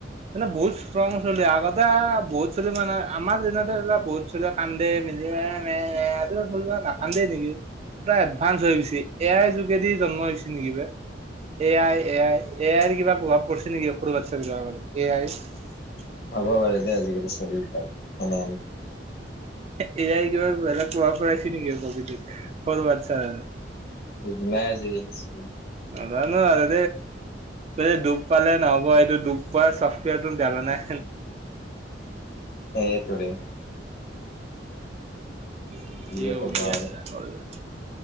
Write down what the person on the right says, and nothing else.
মানে বহুত ষ্ট্ৰং <unintelligible> আগত বা বহুত চলি মানে আমাৰ যেনে ধৰি লোৱা বহুত চলি কান্দে মিলি <unintelligible> কান্দেই নেকি পুৰা এডভান্স হৈ গৈছি এয়াই যোগেদি জন্ম হৈ হৈছে নেকি বে A I A I A আইৰ কিবা প্ৰভাৱ পৰিছে নেকি সৰু বাচ্ছা বিলাকৰ উপৰত এ আই?
এয়াই কিবা বেলেগ প্ৰভাৱ পৰাইছে নেকি প্ৰকৃতিত সৰু বাচ্ছাৰ।
নাজানো আৰু দে ডুব পালে নহ'ব এইটো ডুব পোৱাৰ চফ্টৱেৰ টো যানানে
<unintelligible>